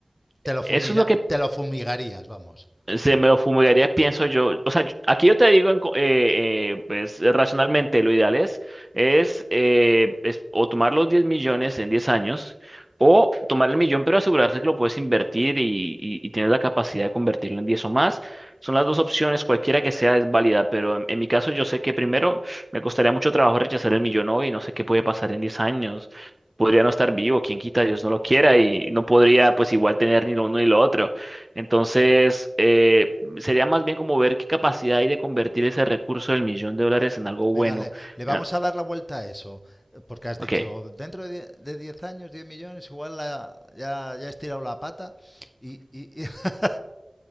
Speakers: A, on the left; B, on the right.
A: Te lo fumira-
B: Eso es lo que
A: te lo fumigarías, vamos.
B: Se me lo fumigaría, pienso yo. O sea, yo- aquí yo te digo, en co- eh, eh, pues racionalmente, lo ideal es, es, eh, es o tomar los 10 millones en 10 años, o tomar el millón, pero asegurarse que lo puedes invertir y, y, y tener la capacidad de convertirlo en 10 o más. Son las dos opciones, cualquiera que sea es válida, pero en, en mi caso yo sé que primero me costaría mucho trabajo rechazar el millón hoy, no sé qué puede pasar en 10 años. Podría no estar vivo, quien quita, Dios no lo quiera, y no podría pues igual tener ni lo uno ni lo otro. Entonces, eh, sería más bien como ver qué capacidad hay de convertir ese recurso del millón de dólares en algo
A: Venga,
B: bueno.
A: le, le vamos
B: Ya,
A: a dar la vuelta a eso, eh, porque has
B: Ok,
A: dicho, dentro de die- de 10 años, 10 millones, igual la- ya, ya has tirado la pata. Y, y- <laughs>